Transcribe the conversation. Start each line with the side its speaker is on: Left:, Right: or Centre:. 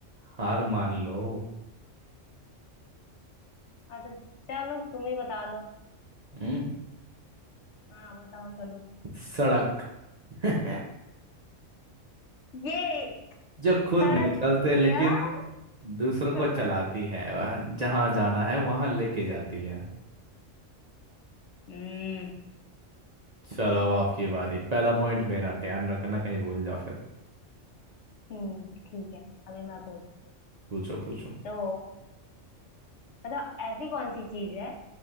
Right: हार मान लो
Left: अच्छा चलो तुम ही बता दो
Right: हम्म
Left: हाँ बताओ चलो
Right: सड़क <laughs>
Left: ये
Right: जो खुद
Left: तड़क
Right: नहीं चलते
Left: अरे
Right: लेकिन
Left: यार
Right: दूसरों को
Left: <laughs>
Right: चलाती है जहां जाना है वहां लेके जाती है
Left: हम्म
Right: चलो अब आपकी बारी पहला पॉइंट मेरा ध्यान रखना कहीं भूल जाओ फिर
Left: हम्म, ठीक है अभी मैं पूछती हूँ
Right: पूछो पूछो
Left: तो मतलब ऐसी कौन सी चीज है